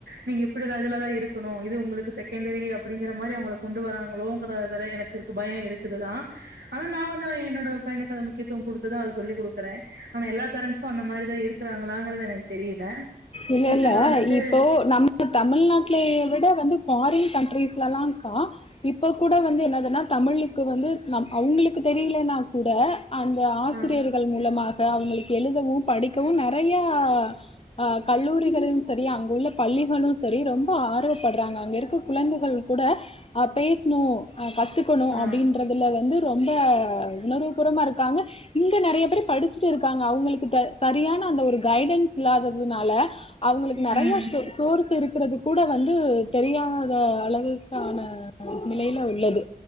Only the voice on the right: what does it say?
நீங்க இப்படிதா இதுலதா இருக்கணு இது உங்களுக்கு செகண்டரி அப்டிங்கிற மாதரி அவங்க கொண்டு வராங்களோங்கறல எனக்கு இருக்கு பய இருக்கு க்கிறதுதா ஆனா நா வந்து என்னோட பயணக்க அத முக்கியத்துவ குடுத்ததா சொல்லி குடுக்குற ஆனா எல்லா பேரண்ட்ஸு அந்த மாதிரிதா இருக்கிறாங்களாங்கறது எனக்கு தெரியல
ஃபியூச்சர்ல
வந்துட்டு
ஆ
ஆ
ம்